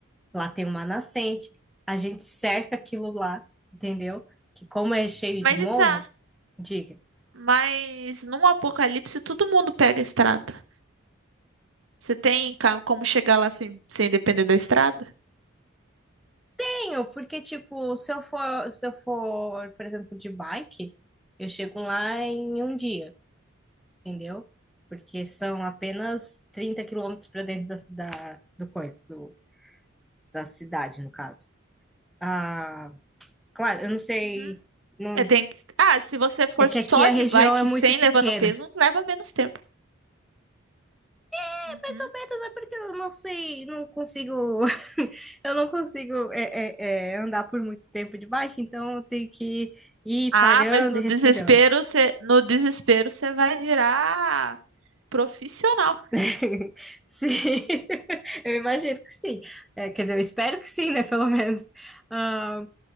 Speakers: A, in the centre; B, on the right (about 70°).
A: lá tem uma nascente, a gente cerca aquilo lá, entendeu? Que como é cheio
B: Mas
A: de morro,
B: isso é.
A: diga.
B: Mas num apocalipse todo mundo pega a estrada. Você tem ca- como chegar lá sem, sem depender da estrada?
A: Tenho, porque, tipo, se eu for, se eu for, por exemplo, de bike, eu chego lá em um dia, entendeu? Porque são apenas 30 quilômetros para dentro da, da, do coisa, do, da cidade, no caso. Ah, claro, eu não sei.
B: Uhum.
A: Não,
B: Eu tenho que... Ah, se você for
A: é que
B: só
A: aqui a
B: de
A: região
B: bike
A: é muito
B: sem
A: pequena.
B: levar no peso, leva menos tempo.
A: É
B: Uhum.
A: mais ou menos, é porque eu não sei, não consigo. <laughs> Eu não consigo é, é, é, andar por muito tempo de bike, então eu tenho que ir
B: Ah,
A: parando
B: mas no
A: e respirando.
B: desespero, você no desespero você vai virar profissional.
A: <laughs> Sim, <laughs> eu imagino que sim. É, quer dizer, eu espero que sim, né? Pelo menos. Ah,